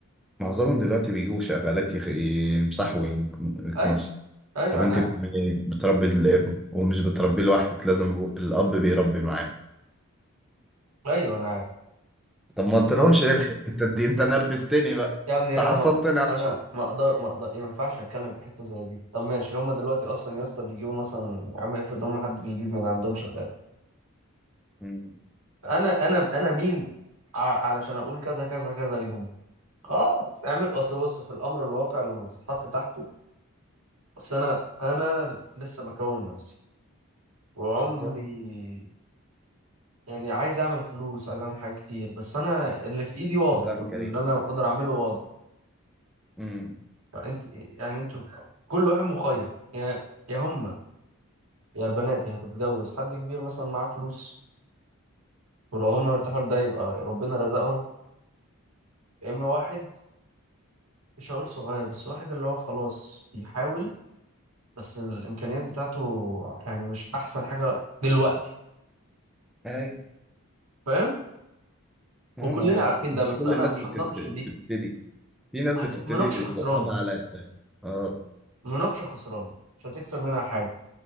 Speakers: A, in the centre; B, on the right.
A: معظمهم دلوقتي بيجوا شغالات يخ- يمسحوا ويكنسوا
B: اي ايوه
A: طب انت
B: انا عارف
A: بتعملي إيه؟ بتربي الابن ومش بتربيه لوحدك لازم يبقوا- الاب بيربي معاه
B: ايوه انا عارف
A: طب ما قلتلهمش
B: ما-
A: ايه الحتة دي انت نرفزتني بقى
B: يا ابني
A: تعصبتني
B: انا ما
A: يا
B: انا
A: صاحبي.
B: ما اقدر ما اقدر ما ينفعش اتكلم في حته زي دي طب ماشي هما دلوقتي اصلا يا اسطى بيجيبوا مثلا يا عم افرض هما حد بيجيب من عندهم شغال
A: مم.
B: انا انا انا مين ع- علشان اقول كذا كذا كذا ليهم خلاص اعمل اصل بص في الامر الواقع لما بتتحط تحته بس انا انا لسه بكون نفسي وعمري
A: بالظبط
B: يعني عايز اعمل فلوس وعايز اعمل حاجات كتير بس انا اللي في ايدي واضح
A: نظام
B: واللي
A: كريم
B: انا اقدر اعمله واضح
A: امم
B: فانت يعني انتوا كل واحد مخير يا يا هما يا البنات يا هتتجوز حد كبير مثلا معاه فلوس ولو هما مرتاحوا لده يبقى ربنا رزقهم يا اما واحد مش هقول صغير بس واحد اللي هو خلاص بيحاول بس الامكانيات بتاعته يعني مش احسن حاجة دلوقتي
A: امم
B: فاهم
A: ما
B: وكلنا
A: هو ما هو
B: عارفين
A: مش
B: ده بس
A: كل
B: انا
A: الناس
B: مش
A: بتت-
B: هتناقش
A: بتبتدي
B: في دي
A: في ناس
B: هت...
A: بتبتدي
B: مناقشه خسرانه
A: بقلم على قدها اه
B: مناقشه خسرانه مش هتكسب منها حاجه